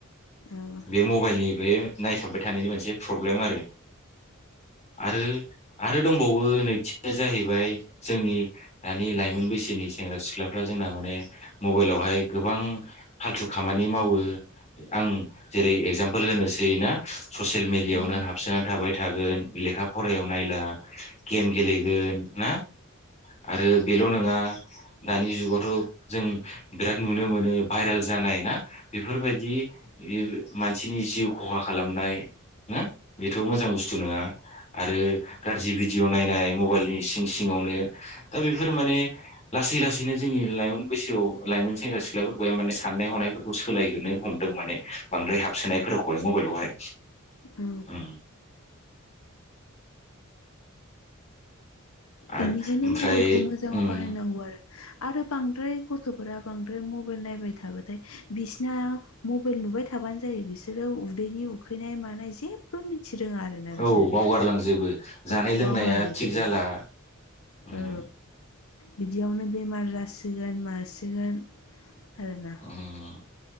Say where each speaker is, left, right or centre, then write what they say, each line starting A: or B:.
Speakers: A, on the left; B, on the left.
A: औ
B: बे मबाइलनि बैयो। नायथाबबाय थानायनि मोनसे प्रब्लेम आरो आरो आरो दं। बावो नैथिया जाहैबाय जोंनि दानि लाइमोन बैसोनि सेंग्रा सिख्लाफ्रा जोंना माने। मबाइलावहाय गोबां फालथु खामानि मावो आं। जेरै एगजामपोल होनोसै ना ससेल
A: बेनिखायनो
B: मिडिया आवनो हाबसोनान थाबाय थागोन लेखा फरायाव नायला। गेम गेलेगोन ना आरो बेल नोंङा। दानि जुगावथ जों बेराद नुनो मोनो भाइराल जानाय ना। बिफोरबायदि इउ मानसिनि जिउआव। खहा खालामनाय ना बेथ मोजां बुस्थु नोंङा आरो गारजि बि। बिदिय नायनाय मबाइल नि सिं सिंङावनो दा बिफोर माने लासै लासै। बिदिनो जोंनि लाइमोन बैसोआव लाइमोन सेंग्रा सिख्ला फोरखौहाय माने साननाय हनायफोरखौ सोलायहोनो हमदों माने। बांद्राय हाबसोनाय फोरखौहाय मबाइलावहाय।
A: औ।
B: उम आरो
A: बेनिखायनो
B: ओमफ्राय
A: मबाइलखौ मोजांङाव
B: उम
A: बाहायनांगौ आरो आरो बांद्राय गथ'फोरा। बांद्राय मबाइल नायबाय थाबाथाय बिसिना मबाइल नुबाय थाबान जायो बिसोरो उदैनि। उखैनाय मानाय जेबबो मि। थि रोंङा आरोना
B: औ
A: बिसोरो
B: बावगारलांजोबो जानाय
A: औ
B: लोंनाया
A: बावगालांजोबो।
B: थिग जाला उम
A: औ बिदियावनो बेमार जासिगोन मासिगोन। आरोना।
B: उम